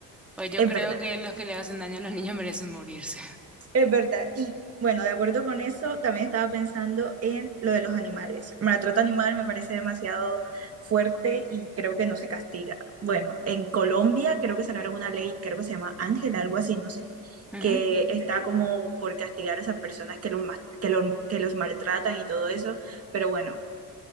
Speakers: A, in the centre; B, on the right (about 40°).
A: Pues yo
B: es
A: creo
B: verdad.
A: que los que le hacen daño a los niños <laughs> merecen morirse.
B: Es verdad. Y bueno, de acuerdo con eso, también estaba pensando en lo de los animales. El maltrato animal me parece demasiado fuerte y creo que no se castiga. Bueno, en Colombia creo que sacaron una ley, creo que se llama Ángel, algo así, no sé,
A: Ujú.
B: que está como por castigar a esas personas que, los mas- que, lo- que los maltratan y todo eso. Pero bueno,